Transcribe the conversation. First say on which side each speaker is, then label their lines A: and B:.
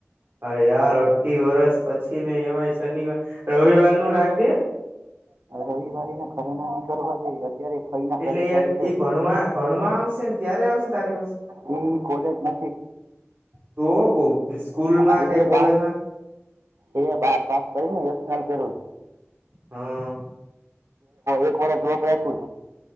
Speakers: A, on the right (about 55°); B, on the right (about 75°).
A: હા યાર અઢી વરસ પછી ને એમાં શનિવાર રવિવાર નું રાખ ને.
B: રવિવારી ને ખરે ના કરવા દઈ અત્યારે ફઈના
A: એટલે
B: ઘરે જાય
A: એ
B: છે
A: એ ભણવા ભણવા આવશે ને ત્યારે આવશે તારી પાસે?
B: એ કોલેજમાં
A: તો કો સ્કૂલમાં
B: એ
A: કે કોલેજમાં
B: બાર એ બાર પાસ કરીને એક્નલ કર્યું છે.
A: હા.
B: એક વાર ડોપ રાખ,